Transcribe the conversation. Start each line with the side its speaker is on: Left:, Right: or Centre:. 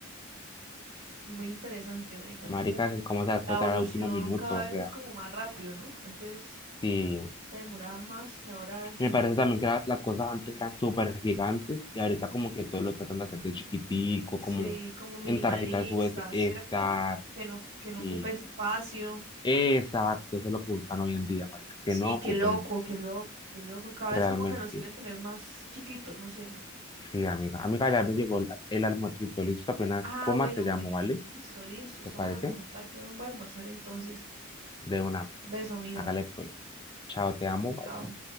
Right: Muy interesante, marica,
Left: Maricas,
Right: como
Left: es como se va a explotar
Right: la evolución
Left: al último minuto,
Right: cada
Left: o
Right: vez
Left: sea,
Right: es como más rápido, ¿no? Antes
Left: sí.
Right: se demoraba más y ahora es,
Left: Me parece también que la- las cosas antes eran súper gigantes y ahorita como que todo lo tratan de hacer de chiquitico,
Right: sí,
Left: como
Right: como minimalista,
Left: en tarjetas US. Exacto,
Right: ¿cierto? Que no, que no
Left: sí.
Right: ocupe espacio.
Left: Exacto, eso es lo que buscan hoy en día, marica, que
Right: Sí,
Left: no ocupen
Right: qué loco,
Left: eso,
Right: qué loco, qué loco. Cada
Left: realmente.
Right: vez como que nos quieren tener más chiquitos, no sé.
Left: Sí, amiga. Amiga, ya me llegó el, el almuercito, listo, apenas
Right: Ah,
Left: coma
Right: bueno,
Left: te llamo,
Right: bueno.
Left: ¿vale?
Right: Listo, listo, estamos
Left: ¿Te parece?
Right: en contacto. Ven, voy a almorzar entonces.
Left: De una, amiga.
Right: Beso, amiga.
Left: Hágale pues. Chao, te amo, bye.
Right: Chao.